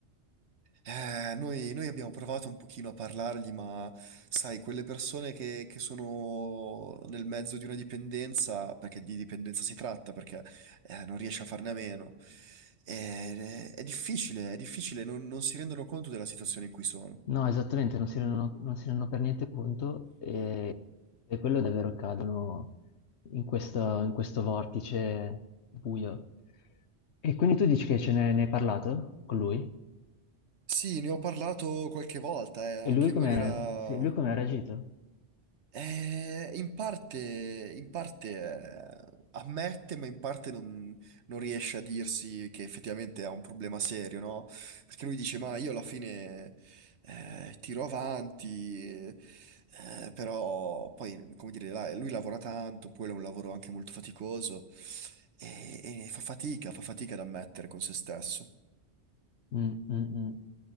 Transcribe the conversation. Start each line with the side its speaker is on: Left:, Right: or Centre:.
Right: Eh, noi, noi abbiamo provato un pochino a parlargli, ma sai, quelle persone che, che sono nel mezzo di una dipendenza, perché di dipendenza si tratta, perché eh, non riesce a farne a meno, Eh, è difficile, è difficile, non non si rendono conto della situazione in cui sono.
Left: No, esattamente, non si rendono, non si rendono per niente conto e per quello davvero cadono in questo, in questo vortice buio. E quindi tu dici che ce ne, ne hai parlato con lui?
Right: Sì, ne ho parlato qualche volta, eh,
Left: E
Right: anche
Left: lui come,
Right: in maniera
Left: sì, lui come ha reagito?
Right: Eh, in parte, in parte eh, ammette, ma in parte non, non riesce a dirsi che effettivamente ha un problema serio, no? Perché lui dice: Ma io alla fine eh, tiro avanti, eh, però poi, come dire, la- lui lavora tanto, poi è un lavoro anche molto faticoso e, e fa fatica, fa fatica ad ammettere con se stesso.
Left: Mm, mm, mm.